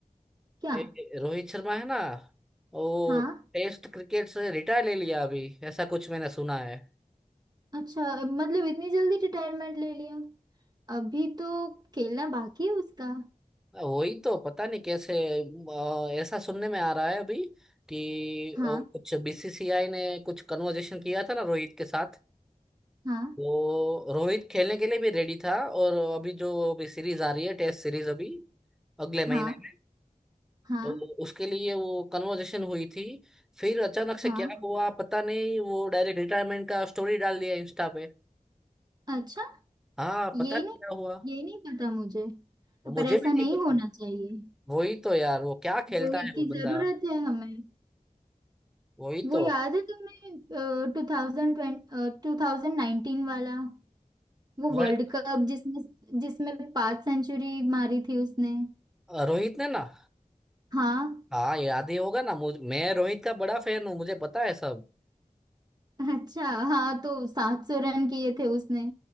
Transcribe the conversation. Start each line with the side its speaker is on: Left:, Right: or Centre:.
Right: क्या
Centre: ए, रोहित शर्मा है ना वो
Right: हाँ
Centre: टेस्ट क्रिकेट से रिटायर ले लिया अभी ऐसा कुछ मैंने सुना है
Right: अच्छा मतलब इतनी जल्दी रिटायरमेंट ले लिया अभी तो खेलना बाकी है उसका
Centre: वही तो पता नहीं कैसे अ, ऐसा सुनने में आ रहा है अभी कि
Right: हाँ
Centre: ओ, कुछ बीसीसीआई ने कुछ कन्वर्जेशन किया था ना रोहित के साथ
Right: हाँ
Centre: तो रोहित खेलने के लिए भी रेडी था और अभी जो अभी सीरीज आ रही है टेस्ट सीरीज अभी अगले महीने
Right: हाँ
Centre: में
Right: हाँ
Centre: तो उसके लिए वो कन्वर्जेशन हुई थी फिर अचानक से
Right: हाँ
Centre: क्या हुआ पता नहीं वो डायरेक्ट रिटायरमेंट का स्टोरी डाल दिया इंस्टा पे
Right: अच्छा
Centre: हाँ पता
Right: ये
Centre: नहीं
Right: नहीं
Centre: क्या हुआ
Right: ये नहीं पता मुझे
Centre: मुझे
Right: पर ऐसा
Centre: भी नहीं
Right: नहीं
Centre: पता
Right: होना चाहिए
Centre: वही तो यार वो क्या खेलता
Right: रोहित
Centre: है
Right: की
Centre: वो
Right: जरूरत
Centre: बंदा
Right: है हमें
Centre: वही तो
Right: वो याद है तुम्हें टू थाउजेंड ट्वेंटी टू थाउजेंड नाइनटीन वाला वो
Centre: वर्ल्ड
Right: वर्ल्ड कप जिसमें जिसमें पांच सेंचुरी मारी थी उसने
Centre: रोहित ने ना
Right: हाँ
Centre: हाँ याद ही होगा ना मुझ मैं रोहित का बड़ा फैन हूँ मुझे पता है सब
Right: अच्छा हाँ तो सात सौ रन किए थे उसने